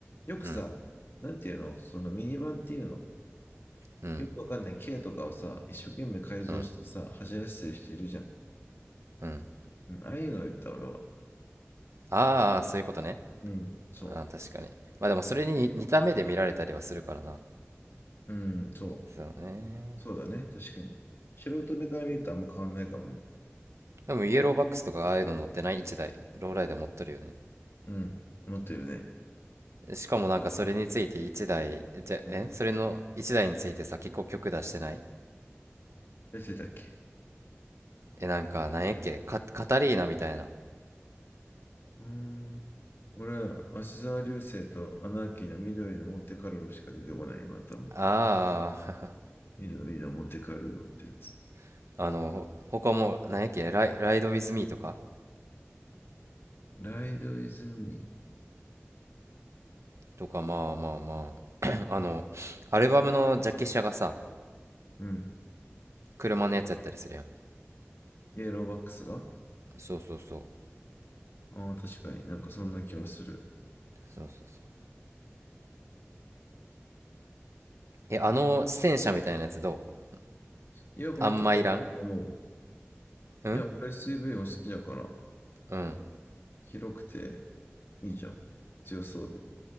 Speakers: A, on the left; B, on the right.
A: よくさ、
B: うん、
A: なんていうのそのミニバンっていうの
B: うん、
A: よくわかんない K とかをさ、一生懸命改造してさ、
B: うん、
A: 走らせてる人いるじゃん。
B: うん。
A: うん、ああいうのを言った、俺は。
B: ああ、そういうことね。
A: うん、そ
B: あー確かにまあでもそれに似た目で見られたりはするからな
A: う。うん、そう。
B: そうね
A: そうだね、確かに。素人目から見るとあんま変わんないかもね。
B: でもイエローバックスとかああいうの乗ってない1台ローライダー持っとるよね
A: うん、持ってるね。
B: しかもなんかそれについて1台じゃえそれの1台についてさ結構曲出してない
A: うん。出てたっけ
B: えなんかなんやっけカ、カタリーナみたいな
A: うーん。俺は、芦沢流星とアナーキーの緑のモンテカルロしか出てこない、今頭に。
B: ああ
A: 緑のモンテカルロってやつ。
B: <laughs> あのほ他もなんやっけライ、ライド・ウィズ・ミーとか
A: ライドイズミー。
B: とかまあまあまあ <clears throat> <laughs> あのアルバムのジャケ写がさ
A: うん。
B: 車のやつやったりするやん
A: イエローバックスが
B: そうそうそう
A: ああー、確かになんかそんな気はする。
B: そうそうそうえあの戦車みたいなやつどう
A: いや、これちょっと思う。
B: あんまいらんうん
A: いや、俺 SUV も好きだから、
B: うん。
A: 広くていいじゃん。強そうで。